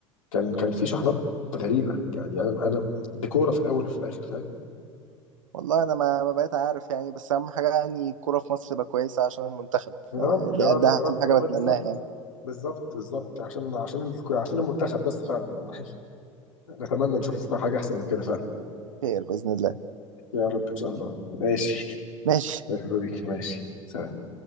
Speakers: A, on the left (about 80°); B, on the right (about 75°).
A: كان كان في شحنات غريبة يعني أنا أنا ديكورة في الأول وفي الآخر فاهم
B: والله انا ما ما بقيت عارف يعني بس اهم حاجه يعني الكوره في مصر تبقى كويسه عشان المنتخب
A: يا
B: ف-
A: رب يا
B: ده
A: رب
B: ده اهم
A: يا رب
B: حاجه
A: والله
B: بتمناها
A: بالظبط
B: يعني
A: بالظبط بالظبط عشان عشان ال- عشان المنتخب بس فعلا والله <laughs> نتمنى نشوف حاجة أحسن من كده فعلا
B: خير باذن الله
A: يا رب إن شاء الله ماشي
B: ماشي
A: اشوفك ماشي سلام